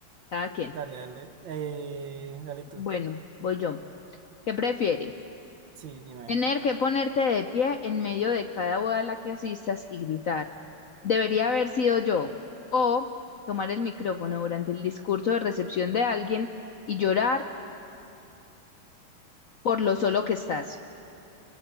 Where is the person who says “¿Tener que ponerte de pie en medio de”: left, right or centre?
Left